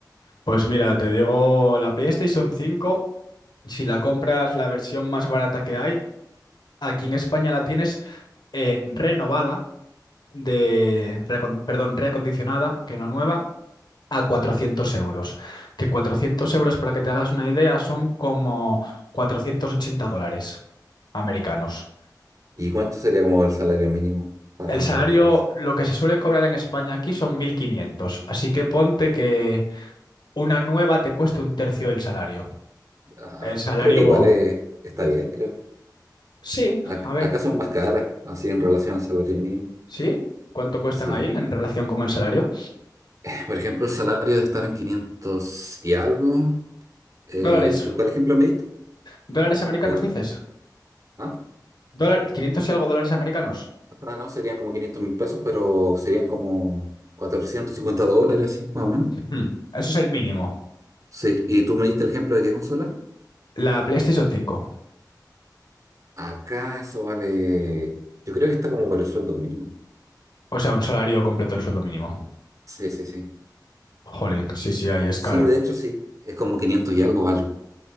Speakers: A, on the left; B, on the right.
A: pues mira, te digo, la PlayStation 5, si la compras la versión más barata que hay, aquí en España la tienes eh, renovada de, reacon- perdón, reacondicionada, que no nueva, a 400 euros. Que 400 euros, para que te hagas una idea, son como 480 dólares americanos.
B: ¿y cuánto sería como el salario mínimo para
A: El
B: tener
A: salario,
B: una referencia?
A: lo que se suele cobrar en España aquí son 1.500, así que ponte que una nueva te cueste un tercio del salario.
B: Ah,
A: El salario...
B: creo que igual
A: bo-
B: eh, está bien, creo.
A: Sí,
B: Ac-
A: a ver,
B: acá son más caras, así en relación al salario Sí. mínimo,
A: ¿sí? ¿Cuánto cuestan
B: sí.
A: ahí en relación con el salario?
B: <clears throat> Por ejemplo, el salario de estar en 500 y algo. Eh,
A: Dólares,
B: ¿y tú cuál ejemplo me diste?
A: dólares americanos,
B: De,
A: dices.
B: ah,
A: Dólar, 500 y algo dólares americanos.
B: ah, no, serían como quinientos mil pesos, pero serían como 450 dólares, así, más o menos.
A: Hmm, Eso es el mínimo.
B: Sí, ¿y tú me diste el ejemplo de qué consola?
A: La PlayStation 5.
B: Acá eso vale, yo creo que está como por el sueldo mínimo.
A: O sea, un salario completo del sueldo mínimo.
B: Sí, sí, sí.
A: Jolín, sí, sí, ahí es
B: Sí,
A: caro.
B: de hecho sí, es como quinientos y algo vale.